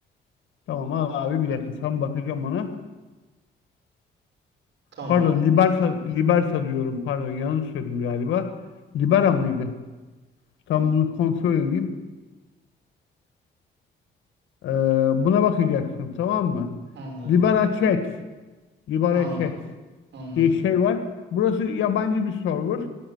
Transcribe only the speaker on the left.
tamam al abi bir dakika tam bakacağım ona.
Pardon Liberta, Liberta diyorum pardon yanlış söyledim galiba. Libera mıydı? Tam bunu kontrol edeyim. Ee, buna bakacaksın tamam mı?
Libera Chat. Libera
Chat.
diye şey var. Burası yabancı bir server